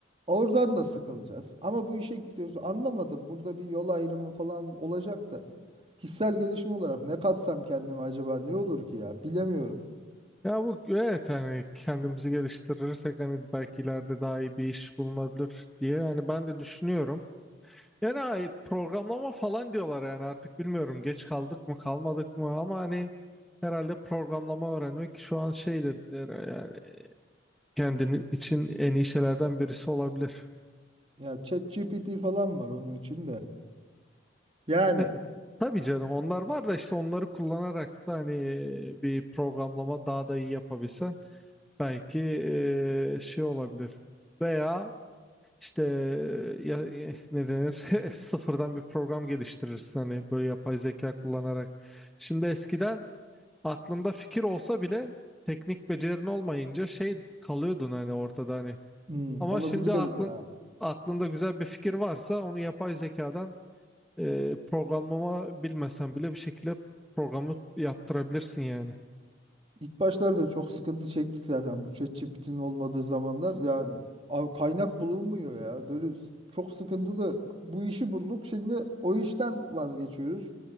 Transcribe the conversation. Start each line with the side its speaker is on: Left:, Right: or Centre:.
Right: oradan da sıkılacağız. Ama bu işe gidiyoruz. Anlamadım. Burada bir yol ayrımı falan olacak da. Kişisel gelişim olarak ne katsam kendime acaba ne olur ki ya? Bilemiyorum.
Centre: Ya bu evet hani kendimizi geliştirirsek hani belki ileride daha iyi bir iş bulunabilir diye hani ben de düşünüyorum. Yani ay- programlama falan diyorlar yani artık bilmiyorum geç kaldık mı kalmadık mı ama hani herhalde programlama öğrenmek şu an şeydir e, yani kendinin için en iyi şeylerden birisi olabilir.
Right: Ya ChatGPT falan var onun içinde. Yani
Centre: E, tabii canım onlar var da işte onları kullanarak da hani e, bir programlama daha da iyi yapabilsen belki e, şey olabilir. Veya işte e, ya, e, ne denir <laughs> sıfırdan bir program geliştirirsin hani böyle yapay zeka kullanarak. Şimdi eskiden aklında fikir olsa bile teknik becerin olmayınca şey kalıyordun hani ortada hani.
Right: hmm,
Centre: Ama
Right: onu
Centre: şimdi
Right: biliyorum
Centre: aklın
Right: ya.
Centre: aklında güzel bir fikir varsa onu yapay zekadan e, programlama bilmesen bile bir şekilde programı yaptırabilirsin yani.
Right: İlk başlarda çok sıkıntı çektik zaten bu ChatGPT'nin olmadığı zamanlar. Yani abi kaynak bulunmuyor ya. Böyle s- çok sıkıntılı. Bu işi bulduk. Şimdi o işten vazgeçiyoruz.